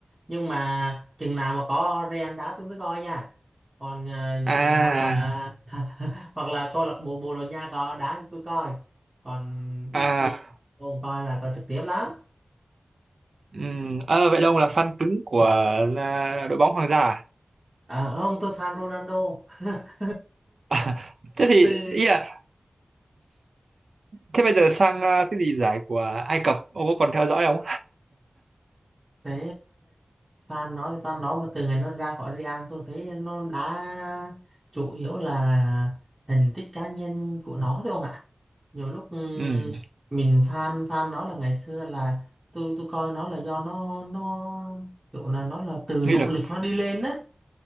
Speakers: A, on the right (about 25°); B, on the right (about 80°).
A: nhưng mà chừng nào mà có Real đá tôi mới coi nha còn à, những
B: à
A: hoặc là <laughs> hoặc là câu lạc bộ Bồ Đào Nha có đá thì tôi coi còn ít
B: à
A: khi tôi không coi là coi trực tiếp lắm
B: ừ Ờ, vậy là ông là fan cứng của à, đội bóng hoàng gia à?
A: À ông tôi fan Ronaldo <laughs>
B: À, <laughs> thế thì
A: từ
B: ý là thế bây giờ sang à, cái gì giải của Ai Cập ông có còn theo dõi không
A: thế fan nó thì fan nó mà từ ngày nó ra khỏi Real tôi thấy nó đã chủ yếu là thành tích cá nhân của nó thôi ông ạ nhiều lúc ừm,
B: ừ
A: mình fan fan nó là ngày xưa là tôi tôi coi nó là do nó nó kiểu là nó là từ nỗ
B: nghị lực
A: lực nó đi lên á